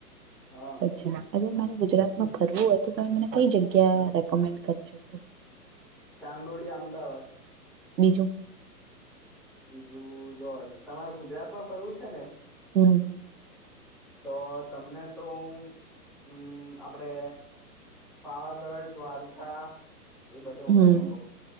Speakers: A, in the centre; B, on the right (about 80°).
A: હા
B: અચ્છા <unintelligible> ગુજરાતમાં ફરવું હોય તો તમે મને કઈ જગ્યા રેકમેન્ડ કરી શકો.
A: ચાંદલોડીયા અમદાવાદ
B: બીજું
A: બીજું જો તમારે ગુજરાતમાં ફરવું છે ને
B: હમ.
A: તો તમને તો હ હમ આપડે પાવાગઢ દ્વારકા એ બધે હું
B: હમ
A: તમને કહું